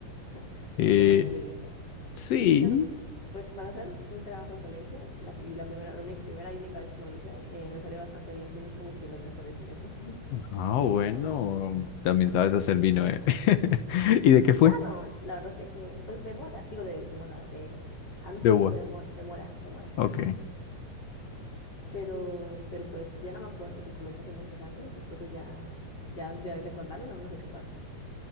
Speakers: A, on the left; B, on the left.
A: <laughs>
B: Eh,
A: desde la sí, química.
B: sí.
A: Y de hecho, nos- sí. pues para hacer un trabajo de colegio, la, pri- la primera, la única, primera y única vez que lo hice, eh, me salió bastante bien. Fuimos como que los mejores en eso.
B: Ah, bueno. También sabes hacer vino, ¿eh? <laughs> ¿Y de qué
A: Ya
B: fue?
A: no, la verdad es que, eh, pues demora, digo de demora, de, ah, no, sí,
B: De uva.
A: fue demo- demora, demora,
B: Ok.
A: <laughs> pero, pero pues ya no me acuerdo, tipo lo hice hace muchos años, entonces ya, ya de, de acordarme no, no soy capaz.